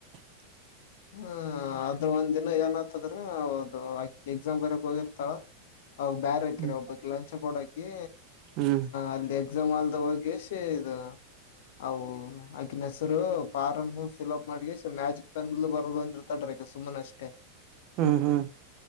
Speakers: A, on the right; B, on the left.
A: <inaudible>
B: ಹ್ಮ ಅದು ಒಂದಿನ ಏನಾತದ್ರಿ ಅದು ಎಕ್ಸಾಮ್ ಬರಿಯಾಕ್ ಹೋಗಿರ್ತಾರ. ಅವ್ ಬರಕಿರೊ
A: ಹ್ಮ್
B: ಒಬ್ಬಕಿ ಲಂಚ ಕೊಡಕಿ.
A: ಹ್ಮ್
B: ಅಂದ್ ಎಕ್ಸಾಮ್ ಆಲ್ದ ಒಗೆಸಿ ಇದು ಅವು. ಆಕಿನ್ ಹೆಸ್ರು ಪರಮ್ಮು ಫಿಲ್ಪ್ ಮಾಡಿ ಸುಮ್ ಮ್ಯಾಜಿಕ್ ಪೆನ್ ಲ್ ಬರ್ದ್ಬಂದಿರ್ತಾಲ್ಡ್ರಿ ಅಕಿ ಸುಮ್ನೆ ಅಷ್ಟೇ.
A: ಹ್ಮ್ ಹ್ಮ್.